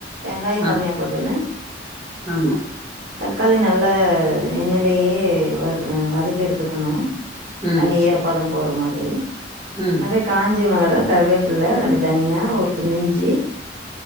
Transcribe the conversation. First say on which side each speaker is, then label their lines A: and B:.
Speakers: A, on the right; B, on the right.
A: வெங்காயோ
B: ஆ
A: கம்மியா போட்டுன்னு
B: ஆமா
A: தக்காளி நல்ல எண்ணெய்லியே வறு வதக்கி எடுத்துக்கணு
B: ம்
A: தண்ணி ஈரப்பதோ போற மாதிரி
B: ம்
A: அதே காஞ்ச மிளகா கருவேப்பில்ல ரெண்டு தனியா ஒரு துண்டு இஞ்சி